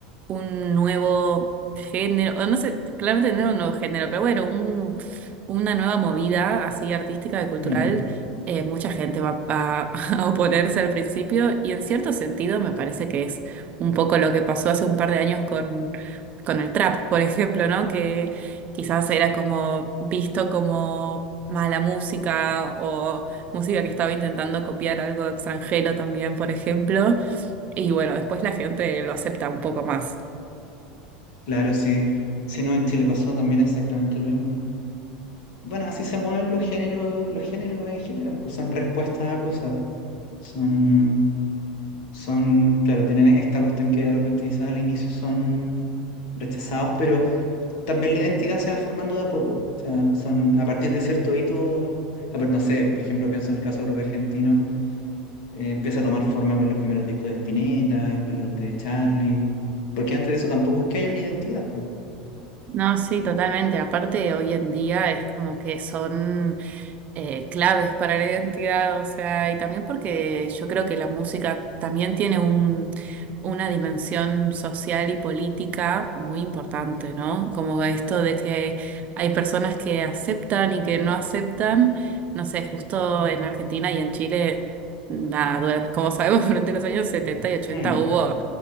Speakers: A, on the right (about 35°); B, on the left (about 70°).
A: un nuevo género, o no sé, claramente no era un nuevo género, pero bueno, un- una nueva movida así artística y cultural,
B: Mm,
A: eh, mucha gente va, va <laughs> a oponerse al principio y en cierto sentido me parece que es un poco lo que pasó hace un par de años con, con el trap, por ejemplo, ¿no? Que quizás era como visto como mala música o música que estaba intentando copiar algo extranjero también, por ejemplo. Y bueno, después la gente lo acepta un poco más.
B: claro, sí. Si no, en Chile pasó también exactamente lo mismo. Bueno, así se mueven los géneros, los géneros en general, pues son respuestas a cosas. Son, son, claro, tienen esta cuestión que de repente quizás al inicio son rechazados, pero también la identidad se va formando de a poco. O sea, son a partir de cierto hito, a ver, no sé, por ejemplo, pienso en el caso del rock argentino, eh, empieza a tomar forma con los primeros discos de Spinetta, con los de Charlie, porque antes de eso tampoco es que haya una identidad, pues.
A: No, sí, totalmente. Aparte, hoy en día es como que son eh, claves para la identidad, o sea, y también porque yo creo que la música también tiene un, una dimensión social y política muy importante, ¿no? Como esto de que hay personas que aceptan y que no aceptan, no sé, justo en Argentina y en Chile, nada, durante- como sabemos, <laughs> durante los años 70 y ochenta
B: Mm,
A: hubo,